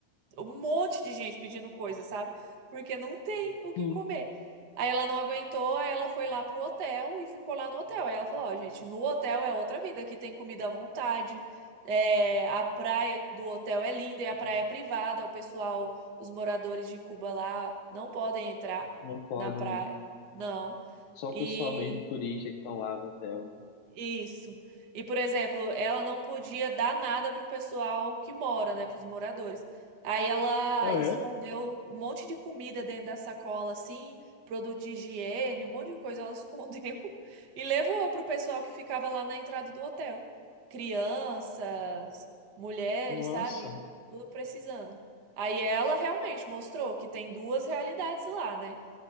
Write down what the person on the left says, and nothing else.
Sim,
não podem,
né?
Só
o pessoal mesmo turista que estão lá no hotel, né?
Ah,
é?
Nossa,